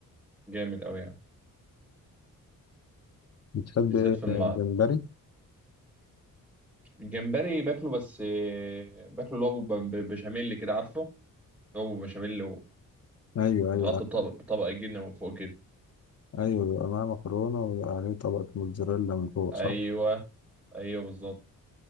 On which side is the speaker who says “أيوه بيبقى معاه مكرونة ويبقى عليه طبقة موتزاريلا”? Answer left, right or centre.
Left